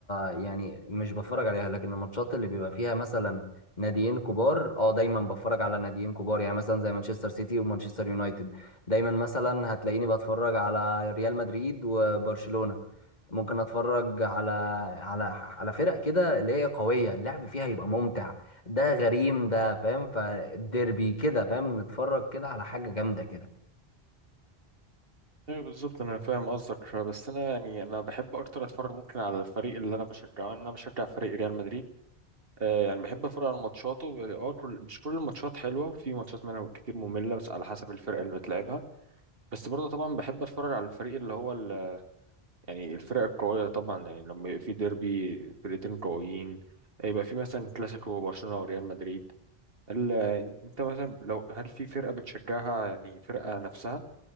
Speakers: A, on the left; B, on the right.
A: يعني مش بتفرج عليها لكن الماتشات اللي بيبقى فيها مثلا ناديين كبار اه دايما بتفرج على ناديين كبار يعني مثلا زي مانشستر سيتي ومانشستر يونايتد دايما مثلا هتلاقيني بتفرج على ريال مدريد وبرشلونه ممكن اتفرج على على على فرق كده اللي هي قوية اللعب فيها يبقى ممتع ده غريم ده فاهم فالديربي كده فاهم نتفرج كده على حاجة جامدة كده
B: ايوه بالظبط انا فاهم قصدك بس انا يعني انا بحب اكتر اتفرج ممكن على الفريق اللي انا بشجعه انا بشجع فريق ريال مدريد آه، يعني بحب اتفرج على ماتشاته اه كل مش كل الماتشات حلوه في ماتشات منها كتير ممله بس على حسب الفرقه اللي بتلعبها بس برضه طبعا بحب اتفرج على الفريق اللي هو ال... يعني الفرق القويه طبعا يعني لما يبقى في ديربي فرقتين قويين يبقى في مثلا كلاسيكو برشلونه وريال مدريد ال... انت مثلا لو هل في فرقه بتشجعها يعني فرقه نفسها